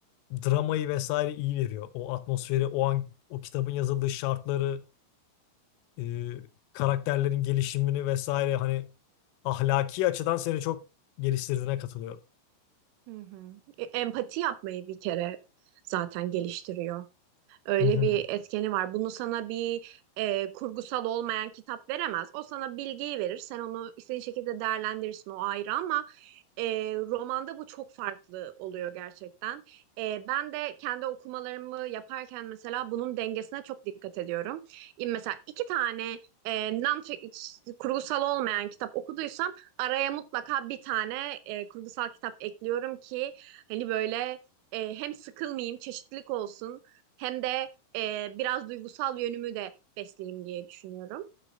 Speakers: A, on the left (about 85°); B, on the right (about 80°).
A: dramayı vesaire iyi veriyor. O atmosferi, o an o kitabın yazıldığı şartları, e, karakterlerin gelişimini vesaire hani ahlaki açıdan seni çok geliştirdiğine katılıyorum.
B: Hı hı. E, empati yapmayı bir kere zaten geliştiriyor. Öyle
A: Hı hı,
B: bir etkeni var. Bunu sana bir e, kurgusal olmayan kitap veremez. O sana bilgiyi verir. Sen onu istediğin şekilde değerlendirirsin o ayrı ama e, romanda bu çok farklı oluyor gerçekten. E, ben de kendi okumalarımı yaparken mesela bunun dengesine çok dikkat ediyorum. E, mesela iki tane e, non kurgusal olmayan kitap okuduysam araya mutlaka bir tane e, kurgusal kitap ekliyorum ki hani böyle e, hem sıkılmayayım, çeşitlilik olsun hem de e, biraz duygusal yönümü de besleyeyim diye düşünüyorum.